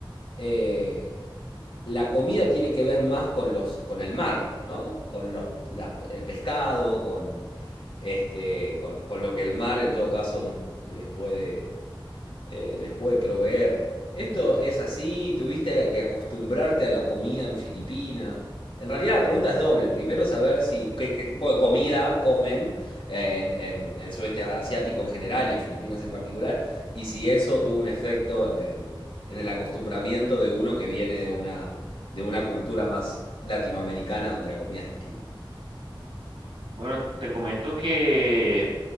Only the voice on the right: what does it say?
Bueno, te comento que